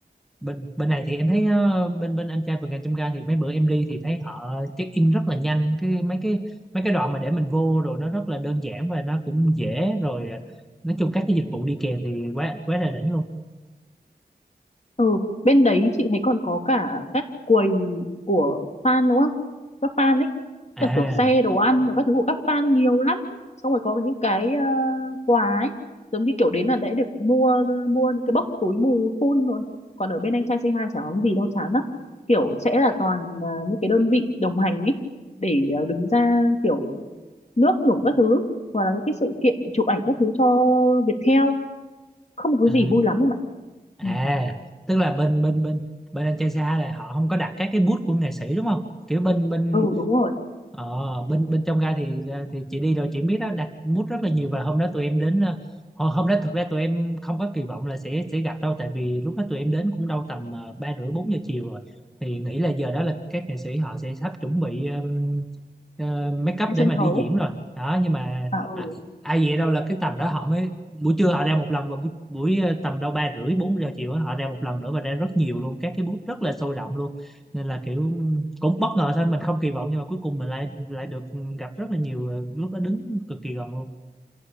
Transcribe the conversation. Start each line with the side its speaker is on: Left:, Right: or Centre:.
Centre: bên bên này thì em thấy ờ, bên bên anh trai vượt ngàn chông gai thì mấy bữa em đi thì thấy họ check in rất là nhanh cái mấy cái mấy cái đoạn mà để mình vô rồi nó rất là đơn giản và nó cũng dễ rồi ờ, nói chung các cái dịch vụ đi kèm thì quá quá là đỉnh luôn
Left: Ừ, bên đấy chị thấy còn có cả các quầy của fan đúng không? Các fan ấy,
Centre: à
Left: kiểu, kiểu xe đồ ăn, rồi các thứ của các fan nhiều lắm. Xong rồi có những cái ờ, quà ấy, giống như kiểu đến là đã được mua mua những cái bốc túi mù full rồi. Còn ở bên anh trai c hai chả có cái gì đâu chán lắm. Kiểu sẽ là toàn ờ, những cái đơn vị đồng hành ấy để ờ, đứng ra kiểu nước nủng các thứ hoặc là những cái sự kiện chụp ảnh các thứ cho Viettel, không có
Centre: à,
Left: gì vui lắm em ạ.
Centre: à
Left: Ừ.
Centre: tức là bên bên bên bên anh trai xa là họ không có đặt các cái booth của nghệ sĩ đúng không kiểu bên bên
Left: Ừ đúng rồi.
Centre: Ờ, bên bên trong gai thì thì chị đi rồi chị biết đó đặt bút rất là nhiều và hôm đó tụi em đến ờ, hôm hôm đó thực ra tụi em không có kỳ vọng là sẽ sẽ gặp đâu tại vì lúc đó tụi em đến cũng đâu tầm ờ, ba rưỡi bốn giờ chiều rồi thì nghĩ là giờ đó là các nghệ sĩ họ sẽ sắp chuẩn bị ờm, ờ, make up
Left: trên
Centre: để
Left: sân
Centre: mà
Left: khấu
Centre: đi diễn rồi đó nhưng mà
Left: à
Centre: à,
Left: ừ
Centre: ai vậy đâu là cái tầm đó họ mới buổi trưa họ ra một lần và buổi, buổi ờ, tầm đâu ba rưỡi bốn giờ chiều á, họ ra một lần nữa và ra rất nhiều luôn các cái bút rất là sôi động luôn nên là kiểu cũng bất ngờ thôi mình không kỳ vọng nhưng mà cuối cùng mình lại lại được gặp rất là nhiều ờ, lúc đó đứng cực kỳ gần luôn